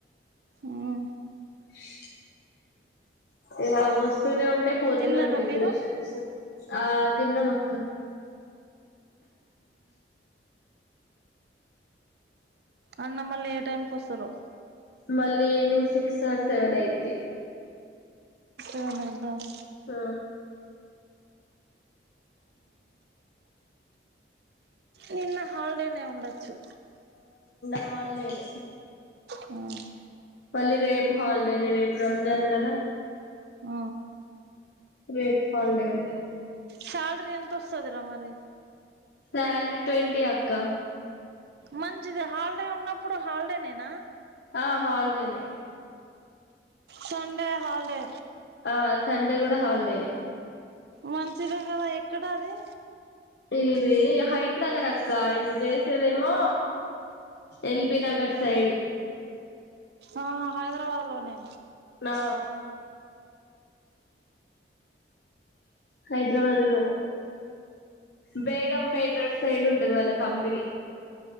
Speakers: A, on the right (about 60°); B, on the left (about 70°).
A: అవు
B: ఏ ఏ రావస్తునే ఉంట అంటే పోతూనే
A: తిన్నారా
B: ఉంటాయి
A: మీరు
B: మిషన్స్ ఆ, తిన్నమక్క.
A: అన్న మళ్ళీ ఏ టైంకి వస్తరో?
B: మళ్లీ ఈవ్నింగ్ సిక్స్ ఆర్ స్ సెవెన్ అయిద్ది.
A: ఎం ఇద్దామ్
B: ఆ
A: నిన్న హాలిడేనే ఉండొచ్చు
B: హల్డేన్
A: ఆ
B: పళ్ళిరేపు హాలిడే న రేపు రమజాన్ కదా
A: ఆ
B: రేప్ హాల్డే ఉంటది.
A: సాలరీ ఎంతొస్తదిరా మరి?
B: సాలరీ ట్వంటీ అక్క.
A: మంచిదె, హాలిడే ఉన్నప్పుడు హాలిడే నేనా?
B: ఆ హాలిడేనే
A: సన్డే హాల్డే.
B: ఆ, సండే కూడ హాలిడేనే.
A: మంచిదే కదా, ఎక్కడ అది?
B: ఇది హైత్ నగర్ అక్క, ఆయన్న చేసేదేమో ఎల్ బి నగర్ సైడ్.
A: ఆ, హైదరాబాద్ లోనే.
B: ఆ హైదరాబాద్ లోనే, బేగం పేట సైడ్ ఉంటది వాళ్ళ కంపెనీ.